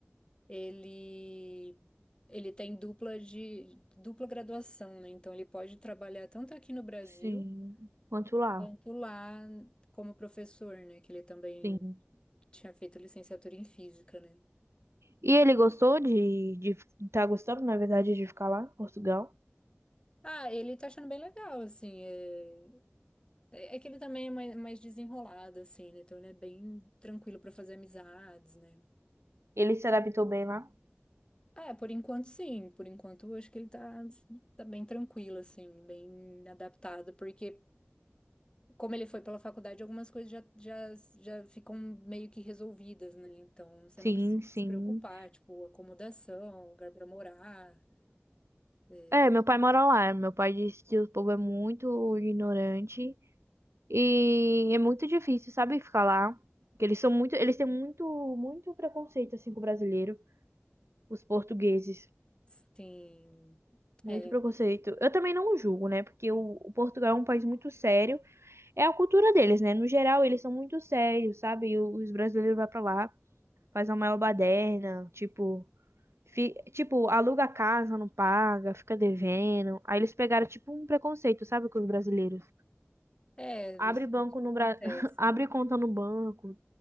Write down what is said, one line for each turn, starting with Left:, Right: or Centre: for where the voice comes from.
Left: ele ele tem dupla de dupla graduação, né? Então ele pode trabalhar tanto aqui no Brasil
Right: sim. Quanto lá.
Left: quanto lá como professor, né? Que ele também
Right: Sim.
Left: tinha feito licenciatura em física, né?
Right: E ele gostou de, de. Tá gostando, na verdade, de ficar lá, em Portugal?
Left: Ah, ele tá achando bem legal, assim, é... É é que ele também é mais, mais desenrolado, assim, né? Então ele é bem tranquilo pra fazer amizades, né?
Right: Ele se adaptou bem lá.
Left: Ah, é, por enquanto sim, por enquanto eu acho que ele tá, assim, tá bem tranquilo, assim, bem adaptado, porque como ele foi pela faculdade, algumas coisas já, já, já ficam meio que resolvidas, né? Então você
Right: Sim,
Left: não precisa
Right: sim.
Left: se preocupar, tipo, acomodação, lugar pra morar, é,
Right: É, meu pai mora lá. Meu pai disse que o povo é muito ignorante e é muito difícil, sabe, ficar lá. Que eles são muito, eles têm muito, muito preconceito assim com o brasileiro, os portugueses,
Left: sim.
Right: muito
Left: É,
Right: preconceito. Eu também não julgo, né? Porque o, o Portugal é um país muito sério É a cultura deles, né? No geral, eles são muito sérios, sabe? E os brasileiros vão pra lá, faz a maior baderna, tipo, fi- tipo, aluga a casa, não paga, fica devendo. Aí eles pegaram, tipo, um preconceito, sabe, com os brasileiros.
Left: é,
Right: Abre
Left: isso
Right: banco
Left: isso
Right: no
Left: acontece.
Right: Bra... <laughs> abre conta no banco,